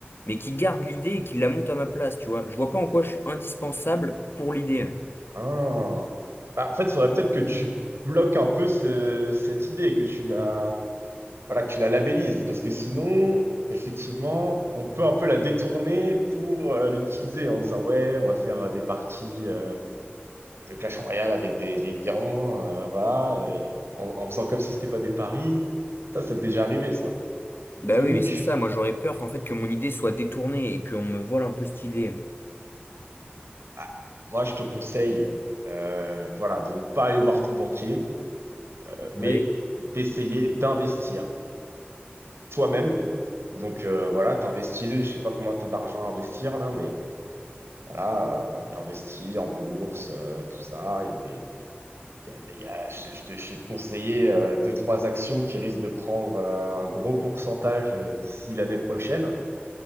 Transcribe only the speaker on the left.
mais qui garde l'idée et qui la monte à ma place, tu vois. Je vois pas en quoi je suis indispensable pour l'idée.
Bah oui, mais c'est ça. Moi, j'aurais peur qu'en fait, que mon idée soit détournée et qu'on me vole un peu cette idée.
Oui.